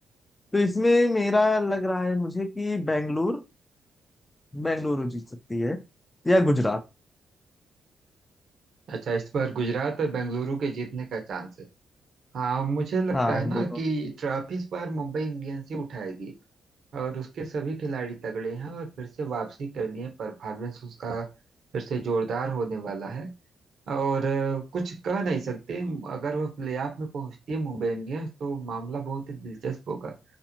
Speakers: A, on the left; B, on the right.
A: तो इसमें मेरा लग रहा है मुझे कि बेंगलुरु बेंगलुरु जीत सकती है या गुजरात
B: अच्छा इस बार गुजरात और बेंगलुरु के जीतने का चांस है हाँ मुझे लगता
A: हाँ
B: है
A: इन
B: ना
A: दोनों
B: कि ट्रॉफी इस बार मुंबई इंडियंस ही उठाएगी और उसके सभी खिलाड़ी तगड़े हैं और फिर से वापसी कर लिए परफॉर्मेंस उसका फिर से जोरदार होने वाला है और अ, कुछ कह नहीं सकते अगर वो प्लेऑफ में पहुंचती है मुंबई इंडियंस तो मामला बहुत ही दिलचस्प होगा